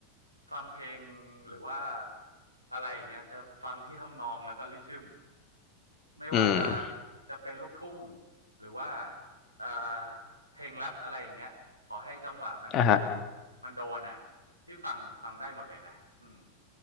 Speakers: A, on the right; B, on the left.
A: ฟังเพลงหรือว่าอะไรอย่างเงี้ยจะฟังที่ทำนองแล้วก็ริทึมไม่ว่าจะ
B: อืม
A: จะเป็นลูกทุ่งหรือว่าเอ่อเพลงแรปอะไรอย่างเงี้ยขอให้จังหวะมัน
B: อ่ะฮะ
A: มันโดนอ่ะพี่ฟังฟังได้หมดเลยนะอืม